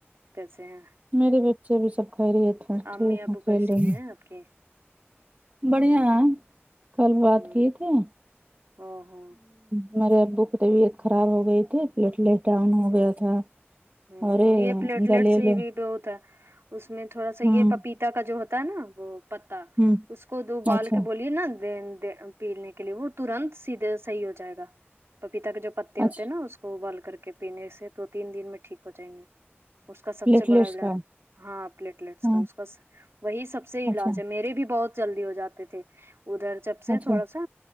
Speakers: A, on the right (about 70°); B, on the right (about 35°).
A: کیسے ہیں
B: میرے بچے بھی سب خیریت ہے ٹھیک
A: امی ابو
B: ہے کھیل
A: کیسی
B: رہے ہیں
A: آپ کے
B: بڑھیا ہے کل بات
A: ہ
B: کیے تھے ہوں
A: او ہو
B: ہمارے ابو کی طبیعت خراب ہو گئی تھی پلیٹ لیٹ ڈاؤن ہو گیا تھا
A: ہوں
B: ارے
A: یہ پلیٹلیٹس
B: گلیلے
A: ہی بھی بہت ہے اس میں تھوڑا سا یہ
B: ہوں
A: پپیت پتا کا جو ہوتا ہے نا وہ پتا
B: ہوں
A: اس کو دو بال
B: اچھا
A: کے بولیے نا دے د پینے کے لیے وہ ترنت سیدھے صحیح ہو جائے گا پپیتا کے جو پتے ہوتے
B: اچھا
A: ہیں نا اس ابال کر کے پینے سے دو تین دن میں ٹھیک ہو جائیں گے اس کا سب
B: پلیٹلیٹس
A: سے بڑا علاج
B: کا
A: ہاں پلیٹلیٹس
B: ہاں
A: کا اس کا وہی سب سے علاج
B: اچھا
A: ہے میرے بھی بہت جلدی ہو جا تھے تھی ادھر جب سے
B: اچھا
A: تھوڑا سا